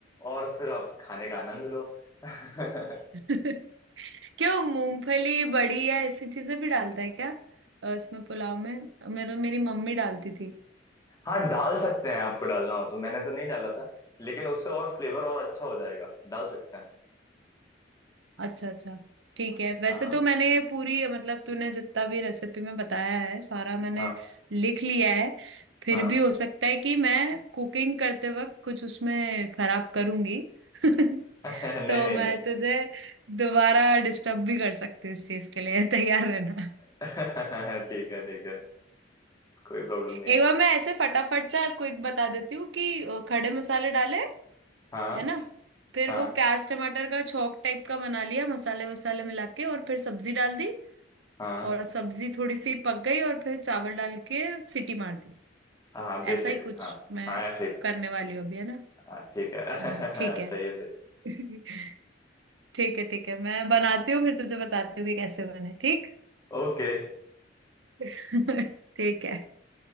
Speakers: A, on the left; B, on the right.
A: और फिर आप खाने का आनंद लो <laughs> नहीं
B: <laughs> क्यों मूंगफली बड़ी या ऐसी चीजें भी डालता है क्या अ, इसमें पुलाव में मेरे मेरी मम्मी डालती थी
A: हाँ डाल सकते हैं आपको डालना हो तो मैंने तो नहीं डाला था लेकिन उससे और फ्लेवर और अच्छा हो जाएगा डाल सकते हैं
B: अच्छा अच्छा ठीक है वैसे
A: हाँ
B: तो मैंने ये पूरी मतलब तूने जितना भी रेसिपी में बताया है सारा मैंने
A: हाँ
B: लिख लिया है फिर
A: हाँ
B: भी हो सकता है कि मैं कुकिंग करते वक्त कुछ उसमें खराब करूंगी <laughs>
A: <laughs> नहीं
B: तो
A: नहीं
B: मैं
A: नहीं
B: तुझे दोबारा डिस्टर्ब भी कर सकती हूँ इस चीज के लिए <laughs> तैयार रहना
A: <laughs> ठीक है ठीक है कोई प्रॉब्लम नहीं
B: एक
A: है
B: बार मैं ऐसे फटाफट सा क्विक बता देती हूँ कि अ, खड़े मसाले डाले
A: हाँ
B: है ना फिर
A: हाँ
B: वो प्याज टमाटर का छौंक टाइप का बना लिया मसाले वसाले मिला के और फिर सब्जी डाल दी
A: हाँ
B: और सब्जी थोड़ी सी पक गई और फिर चावल डाल के सीटी मार दी
A: हाँ बेसिक
B: ऐसा ही कुछ
A: हाँ
B: मैं
A: हाँ ऐसे ही कुछ।
B: करने वाली हूँ अभी है ना
A: हाँ, ठीक है
B: अ, ठीक
A: <laughs>
B: है
A: सही है सही
B: <laughs> ठीक है ठीक है मैं बनाती हूँ फिर तुझे बताती हूँ कि कैसे बने ठीक
A: ओके
B: <laughs> ठीक है